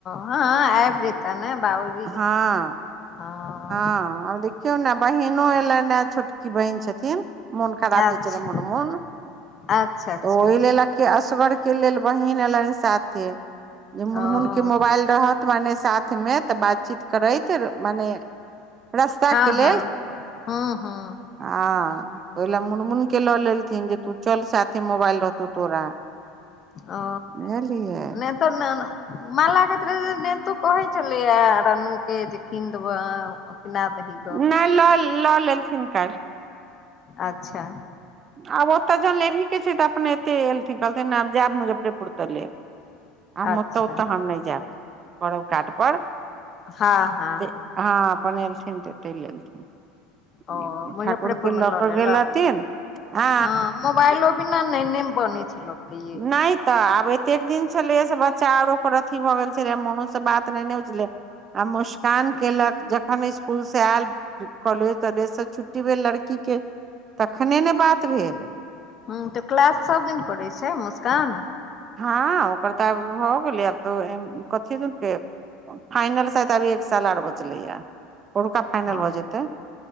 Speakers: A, on the left; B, on the right.
A: हँ आबि जेता ने बाबूजी
B: हँ
A: हँ
B: हँ आब देख देखियौ ने बहिनो एलेन ए छोटकी बहिन छथिन मन खराब
A: अच्छा
B: जे छलै मुन मुन
A: अच्छा अच्छा
B: तऽ ओहि लेलक के असगर के लेल बहिन एयलनि साथे जे मुनमुन
A: ओ
B: के मोबाइल रहत मने साथ मे बातचित करैत मने रस्ता
A: हँ
B: के लेल
A: हँ हँ हँ
B: हँ ओहि ल मनमुन के लऽ लेलथिन जे तू चल साथे मोबाइल रहतौ तोरा
A: ओ
B: बुझलियै
A: नहि तऽ न माला कहैत नेतू कहै छलैय रनु के जे कीन दब नहि तऽही
B: नहि लऽ लऽ लेलखिन काल्हि
A: अच्छा
B: आब ओतऽ जहन लेबहीके छै तऽ अपन एतेक एयलथिन कहलथिन आब जायब मुजफ्फरपुर तऽ लेब आ
A: अच्छा
B: हम तऽ ओ तऽ हम नहि जाब करब काठ पर
A: हँ हँ
B: से हँ अपन एलथिन तऽ चैलि एलथिन
A: ओ मुजफ्फरेपुर
B: ठाकुर के
A: मे
B: लऽ कऽ
A: लेलक
B: गेल रहथिन आ
A: हँ मोबाइलो बिना नहि नहि ने बने छै लोक के ये
B: नहि तऽ आब एतेक दिन छलै से बच्चा आरो ओकर अथी भऽ गेल छलै मनुष से बात नहि ने छलैय आ मुस्कान केलक जखन स्कुल से आयल कॉलेज तॉलेजसँ छुट्टी भेल लड़कीके तखने ने बात भेल
A: ह तऽ क्लास सब दिन करै छै मुस्कान
B: हँ ओकर तऽ आब भऽ गेलै आब एम तऽ कथी देलकै फाइनल शायद तऽ अभी एक साल आर बचलैए पौरका फाइनल
A: हँ
B: भऽ जेतै